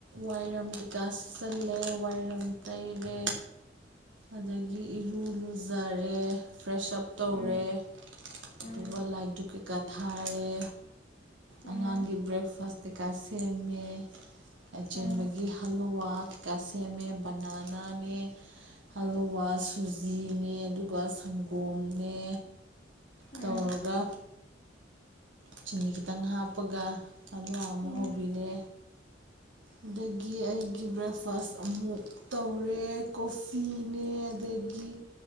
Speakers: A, on the right; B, on the left.
A: ꯋꯥꯏꯔꯝ ꯀꯩꯀꯥ ꯁꯤ ꯆꯜꯂꯦ ꯋꯥꯏꯔꯝ ꯇꯩꯔꯦ
B: <unintelligible>
A: ꯑꯗꯒꯤ ꯏꯔꯨ ꯂꯨꯖꯔꯦ ꯐ꯭ꯔꯦꯁ ꯎꯞ ꯇꯧꯔꯦ
B: ꯎꯝ ꯎꯝ
A: ꯑꯗꯨꯒ ꯂꯥꯏꯛꯇꯨ ꯀꯩꯀꯥ ꯊꯥꯔꯦ
B: ꯎꯝ
A: ꯑꯉꯥꯡꯒꯤ ꯕ꯭ꯔꯦꯛꯐꯥꯁ ꯀꯩꯀꯥ ꯁꯦꯝꯃꯦ ꯆꯦꯟꯕꯒꯤ
B: ꯎꯝ
A: ꯍꯜꯂꯨꯋꯥ ꯀꯩꯀꯥ ꯁꯦꯝꯃꯦ ꯕꯅꯥꯅꯥꯅꯦ ꯍꯂꯨꯋꯥ ꯁꯨꯖꯤꯅꯦ ꯑꯗꯨꯒ ꯁꯪꯒꯣꯝꯅꯦ
B: ꯎꯝ
A: ꯇꯧꯔꯒ
B: ꯎꯝ
A: ꯆꯤꯅꯤ ꯈꯤꯇꯪ ꯍꯥꯞꯄꯒ ꯑ ꯑ ꯑꯃ
B: ꯎꯝ
A: ꯍꯧꯕꯤꯔꯦ ꯑꯗꯒꯤ ꯑꯩꯒꯤ ꯕ꯭ꯔꯦꯛꯐꯥꯁ ꯑꯃꯨꯛ ꯇꯧꯔꯦ ꯀꯣꯐꯤꯅꯦ ꯑꯩ ꯑꯗꯒꯤ